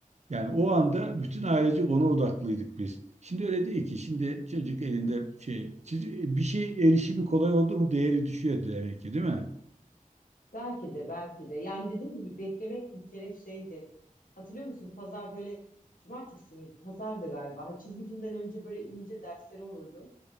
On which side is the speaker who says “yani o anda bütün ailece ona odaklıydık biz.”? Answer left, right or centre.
Right